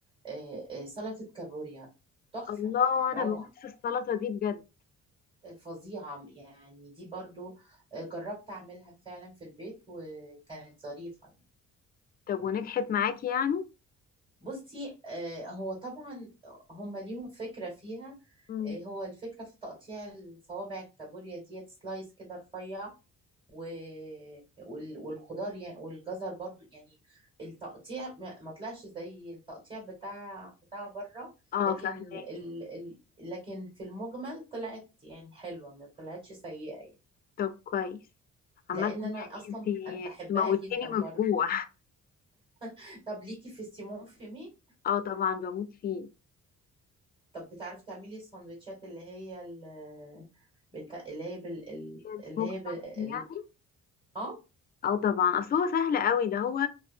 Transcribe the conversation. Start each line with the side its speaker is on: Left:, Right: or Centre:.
Right: آه آه سلطة كابوريا تحفة
Left: الله انا
Right: روعة
Left: بموت في السلطة دي بجد
Right: آه، فظيعة يعني دي برضو آه، جربت أعملها فعلا في البيت وكانت ظريفة يعني.
Left: طب ونجحت معاكي يعني
Right: بصي آه، هو طبعا هم ليهم فكرة فيها
Left: مم.
Right: آه، هو الفكرة في تقطيع الصوابع الكابوريا ديت سلايس كده رفيع و... وال- والخضار يعني والجزر برضو يعني التقطيع ما ما طلعش زي التقطيع بتاع بتاع بره
Left: اه
Right: لكن
Left: فاهمة
Right: ال... ال... لكن في المجمل طلعت يعني حلوة ما طلعتش سيئة يعني
Left: طب كويس عامة
Right: لأن أنا
Left: يعني
Right: أصلا
Left: انت
Right: أنا بحبها
Left: انت موتيني
Right: جدا برضو
Left: من الجوع
Right: يعني. <laughs> طب ليكي في السيمون فيمي
Left: اه طبعا بموت فيه
Right: طب بتعرفي تعملي السندوتشات اللي هي ال... بتا... اللي هي بال... ال-
Left: السموك
Right: اللي هي بال...
Left: سالمون
Right: ال-
Left: يعني
Right: اه
Left: اه طبعا اصل هو سهل قوي ده هو